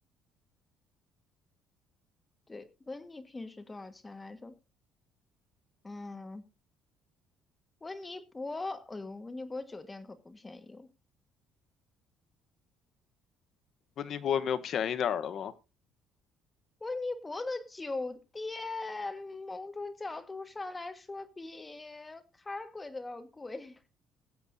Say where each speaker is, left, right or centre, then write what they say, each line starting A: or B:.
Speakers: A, on the left; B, on the left.
A: 对，温尼平是多少钱来着？嗯，温尼伯，哎呦，温尼伯酒店可不便宜哦。
B: 温尼伯也没有便宜点儿的吗？
A: 温尼伯的酒店，某种角度上来说比卡尔贵都要贵。<laughs>